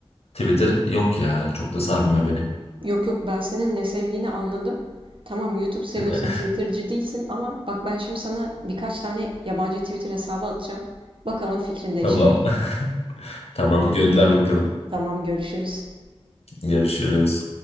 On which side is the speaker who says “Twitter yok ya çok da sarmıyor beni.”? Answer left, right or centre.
Left